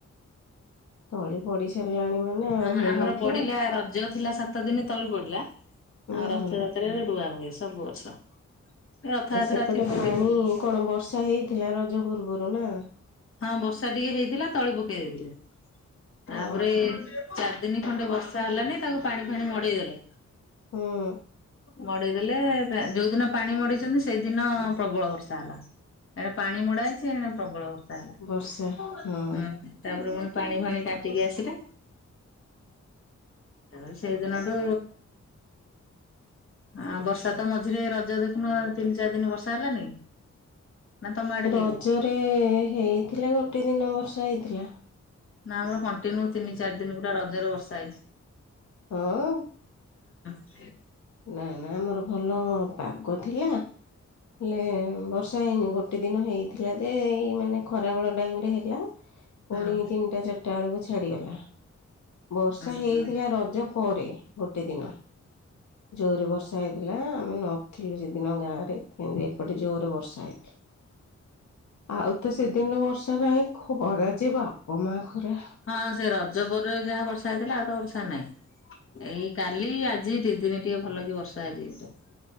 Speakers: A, on the left; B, on the left.
A: ତଳି ପଡି ସାରିଲାଣି ମାନେ ଆଉ
B: ହଁ
A: ହେଇଯାଇଥିବ।
B: ଆମର ପଡିଲା ରଜ ଥିଲା ସାତ ଦିନ ତଳି ପଡିଲା
A: ହୁଁ
B: ଆଉ ରଥଯାତ୍ରାରେ
A: ହୁଁ
B: ରୁଆ ହୁଏ ସବୁ ବର୍ଷ। ରଥଯାତ୍ରା
A: ସେପଟେ
B: ଥିବ
A: ପାଣି
B: କେତେ ଦିନ
A: କଣ ବର୍ଷା ହେଇଥିଲା ରଜ ପୂର୍ବରୁ ନା?
B: ହଁ ବର୍ଷା ଟିକେ ହେଇଥିଲା ତଳି ପକେଇ ଦେଇାଇଥିଲା। ତାପରେ
A: ଓହୋ
B: ଚାରି ଦିନ ଖଣ୍ଡେ ବର୍ଷା ହେଲାନି ତାକୁ ପାଣି ଫାଣି ମଡେଇ ଦେଲେ।
A: ହୁଁ
B: ମଡିଦେଲେ ଯୋଉ ଦିନ ପାଣି ମଡିଛନ୍ତି ସେଇଦିନ ପ୍ରବଳ ବର୍ଷା ହେଲା। ଏଡେ ପାଣି ମୋଡା ହେଛି ଏ ପ୍ରବଳ ବର୍ଷା ହେଲା।
A: ବର୍ଷା ହଁ
B: ତାପରେ ପାଣି ଫାଣି କାଟିକି ଆସିଲେ। ଏ ସେଇଦିନ ତ ଆ ବର୍ଷା ତ ମଝିରେ ରଜ ଦେଖୁନୁ ତିନି ଚାରି ଦିନ ବର୍ଷା ହେଲାନି କି? ନା ତମ ଆଡେ
A: ରଜରେ
B: ହେଇନି
A: ହେଇଥିଲା ଗୋଟେ ଦିନ ବର୍ଷା ହେଇଥିଲା।
B: ନା ଆମର କଣ୍ଟିନ୍ୟୁ ତିନି ଚାରି ଦିନ ପୁରଟା ରଜରେ ବର୍ଷା ହେଇଛି।
A: ହଁ।
B: ସେ
A: ନା ନା ଆମର ଭଲ ପାଗ ଥିଲା। ହେଲେ ବର୍ଷ ଯାଇନି ଗୋଟେ ଦିନ ହେଇଥିଲା ଯେ ଏଇ ମାନେ ଖରାବେଳ ଟାଇମରେ ହେଲା।
B: ହଁ
A: ପୁଣି ତିନିଟା ଚାରିଟା ବେଳକୁ ଛାଡିଗଲା। ବର୍ଷା
B: ହଁ
A: ହେଇଥିଲା ରଜ ପରେ ଗୋଟେ ଦିନ। ଦୋରି ବର୍ଷା ହେଇଥିଲା। ନା ଆମେ ନଥିଲୁ ସେଦିନ ଗାଁ ରେ କିନ୍ତୁ ଏପଟେ ଜୋରରେ ବର୍ଷା ହେଇଥିଲା। ଆଉ ତ ସେଦିନ ବର୍ଷା ନାହିଁ ଖରା ଯେ ବାପା ମା। ଖରା
B: ହଁ ସେ ରଜପୁରରେ ଯାହା ବର୍ଷା ହେଇଥିଲା ଆଉ ତ ବର୍ଷା ନାଇଁ। ଏଇ କାଲି ଆ ଆଜି ଦି ଦିନ ଟିକେ ଭଲ କି ବର୍ଷା ହେଇଛି ତ।